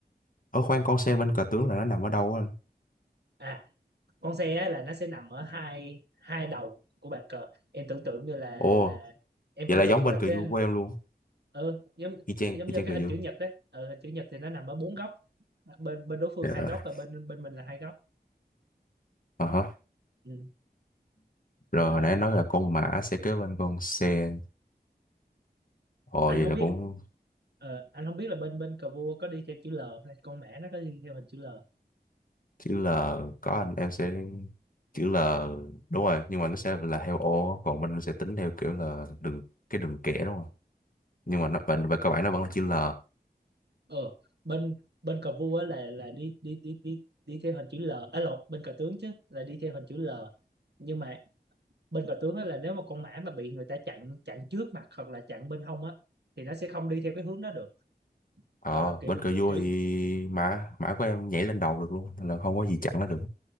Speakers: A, on the left (about 55°); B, on the right (about 80°).
A: ở khoan con xe bên cờ tướng là nó nằm ở đâu á anh
B: à con xe á, là nó sẽ nằm ở hai hai đầu của bàn cờ em tưởng tượng như là
A: ồ
B: là em
A: vậy
B: tưởng
A: là giống
B: tượng như
A: bên
B: là
A: cờ
B: cái
A: vua của em luôn
B: ừ, giống
A: y chang
B: giống
A: y
B: như
A: chang
B: cái
A: cờ
B: hình
A: vua
B: chữ nhật đấy ừ, hình chữ nhật thì nó nằm ở bốn góc bên bên đối phương
A: Dạ.
B: hai góc và bên bên mình là hai góc
A: Ờ hả.
B: ừ,
A: rồi
B: rồi
A: hồi nãy nói là con mã sẽ kế bên con xe hồi
B: anh
A: vậy
B: không
A: là
B: biết
A: cũng
B: ờ, anh không biết là bên bên cờ vua có đi theo chữ L không ta? con mã nó có đi theo hình chữ L
A: chữ L có anh em sẽ chữ L đúng rồi nhưng mà nó sẽ là theo ô còn mình sẽ tính theo kiểu là đường cái đường kẻ đúng không nhưng mà nó về, về cơ bản nó vẫn là chữ L
B: ờ bên bên cờ vua á là là đi đi đi đi đi theo hình chữ L à lộn bên cờ tướng chứ là đi theo hình chữ L nhưng mà bên cờ tướng á là nếu mà con mã mà bị người ta chặn chặn trước mặt hoặc là chặn bên hông á thì nó sẽ không đi theo cái hướng đó được
A: ờ
B: Ờ, kiểu
A: bên cờ vua
B: kiểu
A: thì mã mã của em nhảy lên đầu được luôn nên là không có gì chặn nó được